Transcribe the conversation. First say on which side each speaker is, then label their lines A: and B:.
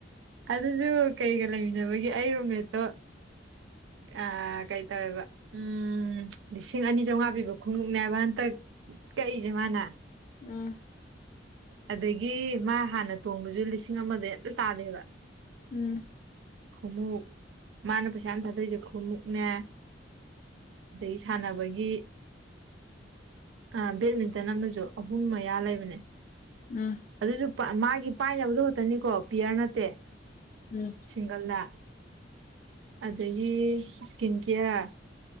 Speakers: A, on the right (about 85°); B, on the left (about 45°).
A: ꯑꯗꯨꯖꯨ ꯀꯩꯒ ꯂꯩꯃꯤꯟꯅꯕꯒꯤ ꯑꯩ ꯔꯨꯝꯃꯦꯠꯇꯣ ꯑ ꯀꯩꯇꯧꯋꯦꯕ ꯎꯝ ꯂꯤꯁꯤꯡ ꯑꯅꯤ ꯆꯥꯝꯃꯉꯥ ꯄꯤ <unintelligible> ꯍꯥꯏꯕ ꯍꯟꯇꯛ ꯀꯛꯏꯖꯦ ꯃꯥꯅ꯫
B: ꯎꯝ
A: ꯑꯗꯒꯤ ꯃꯥ ꯍꯥꯟꯅ ꯇꯣꯡꯕꯁꯨ ꯂꯤꯁꯤꯡ ꯑꯃꯗꯩꯩ ꯑꯝꯇ ꯇꯥꯗꯦꯕ
B: ꯎꯝ
A: ꯈꯣꯡꯃꯨꯛ ꯃꯥꯅ ꯄꯩꯁꯥ ꯌꯥꯝ ꯊꯥꯗꯔꯤꯁꯦ ꯈꯣꯡꯃꯨꯛꯞꯅꯦ ꯑꯗꯩ ꯁꯥꯟꯅꯕꯒꯤ꯫ ꯑ ꯕꯦꯠꯃꯤꯟꯇꯟ ꯑꯃꯁꯨ ꯑꯍꯨꯝ ꯃꯌꯥ ꯂꯩꯕꯅꯦ
B: ꯎꯝ꯫
A: ꯑꯗꯨꯖꯨ ꯃꯥꯒꯤ ꯄꯥꯏꯅꯕꯗꯣ ꯈꯛꯇꯅꯤꯀꯣ ꯄꯤꯌꯔ ꯅꯠꯇꯦ꯫
B: ꯎꯝ
A: ꯁꯤꯡꯒꯜꯗ꯫ ꯑꯗꯒꯤ ꯏꯁꯀꯤꯟ ꯀꯦꯌꯥꯔ